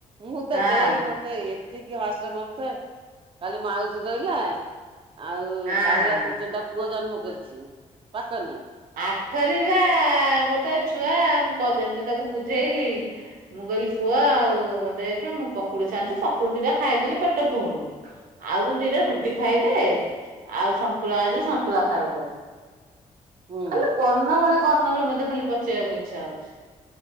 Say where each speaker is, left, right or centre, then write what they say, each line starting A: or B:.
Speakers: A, on the right; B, on the right.
A: ମୁଁ ତ
B: ହଁ
A: ଦେଇ ମ ତେ ଏତିକି ହସ ମାଡୁଥାଏ କାଲି ମାଉସୀ କହିଲା ଆଉ
B: ହଁ।
A: କାଳିଆ ପୁଚଣ୍ଡା ପୁଅ ଜନ୍ମ କରିଛି ପାକନ।
B: ଆଖରିବା ଗୋଟେ ଛୁଆ ମୁଁ ଯେତେ ତାକୁ ବୁଝେଇଲି ମୁଁ କହିଲି ପୁଅ ଆଉ ଦେଖେ ମୁଁ ପକୁଡି ଛାଣୁଚି ପକୁଡି ଦିଟା ଖାଇଦେଲେ ପେଟ ଫୁଲୁ।
A: <unintelligible>
B: ଆଉ ତୁ ଦିଟା ରୁଟି
A: ହୁଁ
B: ଖାଇଦେ ଆଉ ସନ୍ତୁଳା ଅଛି ସନ୍ତୁଳା ଖାଇଦେ।
A: ହୁଁ
B: ଖାଲି କର୍ଣ୍ଣ ମୁଳି କର୍ଣ୍ଣ ମୁଳି ମତେ ଖାଲି ପଚେଇବାକୁ ଇଚ୍ଛା ହଉଛି।